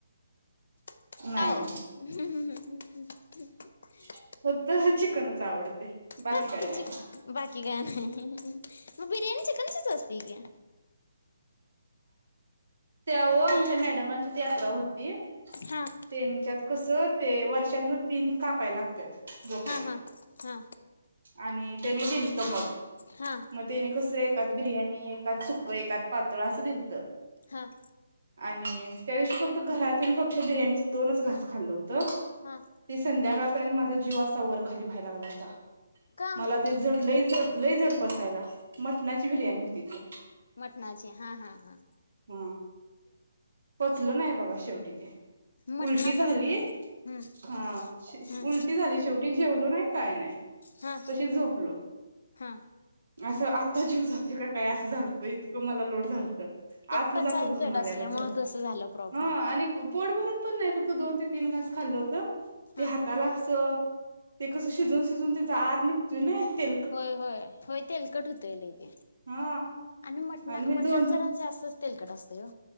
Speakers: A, on the left; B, on the right.
A: <unintelligible>
B: नाही <unintelligible> चिकनच आवडते, बाकी
A: बस
B: काय
A: तुझी
B: नाही.
A: बाकी काय नाही, मग बिर्याणी चिकनचीच असतीय की.
B: त्यावा आमच्या मॅडमांच्यात यात्रा होती.
A: हा.
B: त्यांच्यात कसं? ते वर्षात तीन कापाय लागत त्यात बोकड
A: हा हा हा
B: आणि त्यांनी दिलत मग
A: हा.
B: मग त्यांनी कसं एकात बिर्याणी, एकात सुकं, एकात पातळ असं दिलत.
A: हां.
B: आणि त्या दिवशी फक्त, घरातून फक्त, बिर्याणीच दोनच घास खाल्लं होतं.
A: हा.
B: ते संध्याकाळपर्यंत माझा जीव असा वर खाली व्हायला लागला होता.
A: का?
B: मला ते जड लय जड, लय जड पचायला. मटणाची बिर्याणी होती ती.
A: मटणाचे, हा हा हां.
B: हा, पचल नाही बघा शेवटी ते.
A: मटणाच
B: उलटी झाली.
A: असल्यामुळे हम्म
B: हा,
A: हम्म
B: उलटी झाली शेव टी. जेवले नाही, काय नाही.
A: हा.
B: तशी झोपलो.
A: हा.
B: अस आता जीव जाते का काय असं झालत इतक मला लोड झालत, आतमध्ये
A: ते पचाय
B: असं भरून
A: जड
B: आल्यागत
A: असल्यामुळे
B: झालं.
A: तसं झालं प्रॉब्लेम
B: हा
A: ते.
B: आणि पोट भरून पण नाही, फक्त दोन ते तीन घास खाल्ल होतं. ते
A: हा.
B: हाताला अस ते कसं शिजून शिजून त्याचा आर निघतोय ना, ते
A: होय होय होय, तेलकट होतय लई तेे
B: हा
A: आणि मटण
B: मी
A: मटण
B: दोन
A: जरा जास्त तेलकट असतय ओ.